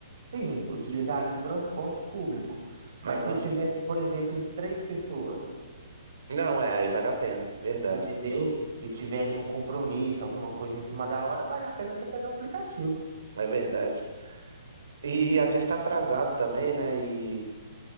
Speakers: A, on the right; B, on the right.
A: sim, utilizaria o transporte público. Mas
B: Aham.
A: se eu tivesse, por exemplo, em três pessoas,
B: Não, é, aí vale a pena, verdade.
A: entendeu? E tiver ali um compromisso, alguma coisa em cima da hora, vale a pena você pegar o aplicativo.
B: É verdade. E, e às vezes tá atrasado também, né? E.